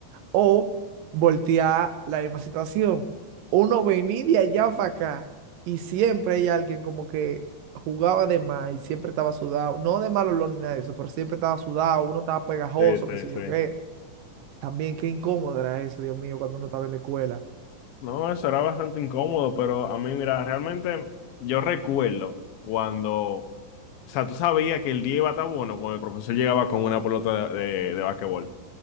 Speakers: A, on the right (about 75°); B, on the left (about 85°).
A: O voltear la misma situación. Uno venía de allá para acá y siempre hay alguien como que jugaba de más y siempre estaba sudado. No de mal olor ni nada de eso, pero siempre estaba sudado. Uno estaba pegajoso,
B: Sí, sí,
A: qué sé yo
B: sí.
A: qué. También qué incómodo era eso, Dios mío, cuando uno estaba en la escuela.
B: No, eso era bastante incómodo, pero a mí, mira, realmente yo recuerdo cuando, o sea, tú sabías que el día iba a estar bueno cuando el profesor llegaba con una pelota de, de, de basquetbol.